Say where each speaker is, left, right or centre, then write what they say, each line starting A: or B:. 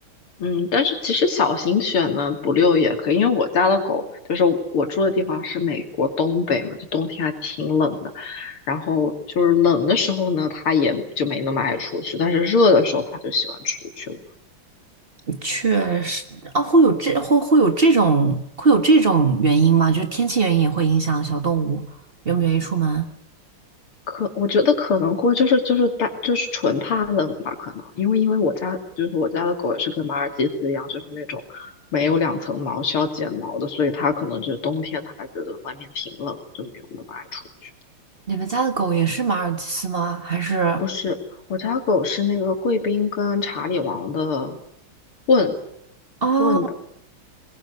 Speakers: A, on the left (about 80°); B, on the right (about 30°).
A: 嗯，但是其实小型犬呢，不遛也可以，因为我家的狗就是我住的地方是美国东北嘛，就冬天还挺冷的，然后就是冷的时候呢，它也就没那么爱出去，但是热的时候它就喜欢出去玩。
B: 确实，啊，会有这会会有这种会有这种原因吗？就是天气原因也会影响小动物愿不愿意出门。
A: 可我觉得可能会就是就是大就是纯怕冷吧，可能因为因为我家就是我家的狗也是跟马尔济斯一样，就是那种没有两层毛需要剪毛的，所以它可能就冬天它还觉得外面挺冷，就没有那么爱出去。
B: 你们家的狗也是马尔济斯吗？还是
A: 不是，我家狗是那个贵宾跟查理王的混
B: 啊，
A: 混的，